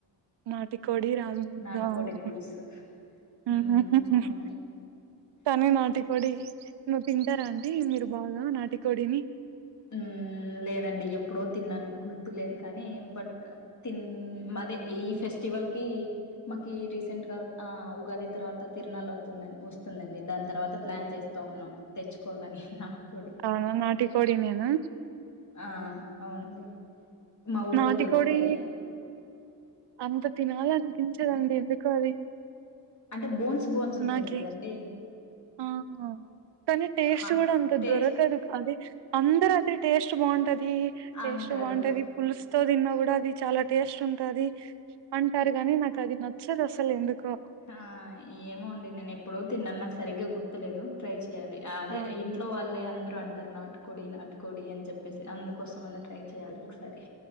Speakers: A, on the right; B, on the left.
A: నాటి కోడి రాజుంద
B: నాటుకోడి
A: అణు
B: పులుసు
A: ఊహు
B: హ్మ్ అవునండి
A: తనే నటి కొడి నువ్వు తింటారా అంటీ మీరు బాగా నాటికోడిని
B: ఉ లేదండి ఎప్పుడో తిన్నాను గుర్తులేదు కానీ బట్ తి మాదే ఈ ఫెస్ట్ స్టివల్ కి మాకి రీసెంట్ గా ఆ ఉగాది తర్వాత తిరనాల అవుతుందడి వస్తుందండి దా దాన్ తర్వాత ప్లాన్ చేస్తా ఉన్నాం. తెచ్చుకోవాలని నాటుకోడి
A: ఆ నాటికోడినేనా
B: ఆ అవునండి. మా ఊర్లో
A: నాటికోడి
B: దొరుకుతాయి
A: అంత తినాలన్పించదండి ఎందుకో అది
B: అంటే బోన్స్ బోన్స్ ఉంటది
A: నాకి
B: కదండి.
A: ఆ కని టేస్ట్
B: ఆ
A: గుడంత
B: టేస్ట్
A: దొరకదు అదే అందర్ టేస్ట్ బాగుంటది. టేస్ట్
B: అంటారు
A: బాగుంటది స్తో తిన్నా గుడా అది చాలా టేస్ట్ ఉంటది అంటార్ గాని నాకది నచ్చదు అసల్ ఎందుకో
B: ఆ ఏమో అండి నేన్ ఎప్పుడో తిన్నాన్ నాక్ సరిగ్గా గుర్తులేదు. ట్రై చే యాలె. అదే
A: ఆ
B: ఇంట్లో వాళ్ళే అందరు రు అంటారు. నాట్కోడి నాట్కోడి అన్ చెప్పేసి అందుకోసం అన్నా ట్రై చేయాలి. ఒకసారి